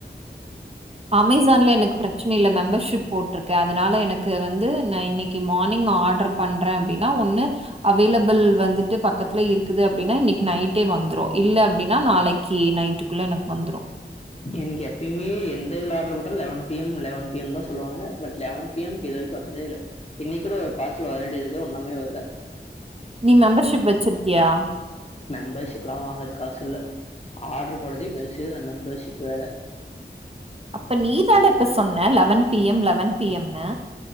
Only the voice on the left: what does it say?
எனக்கு எப்பயேமே எந்த இதுல ஆர்டர் போட்ட eleven P M eleven P எம்தான் சொல்லுவானுங்க பட் லெவன் பி எம் க்கு இது வரைக்கும் வந்ததே இல்ல இன்னைக்கூட ஒரு பாசல் வர வேண்டியதுக்கு உன்னமே வரல
மெம்பர்ஷிப்லா வாங்குறதுக் காசுல்ல ஆர்டரு போடுறதே பெருசு இதுல மெம்பர்ஷிப் வேற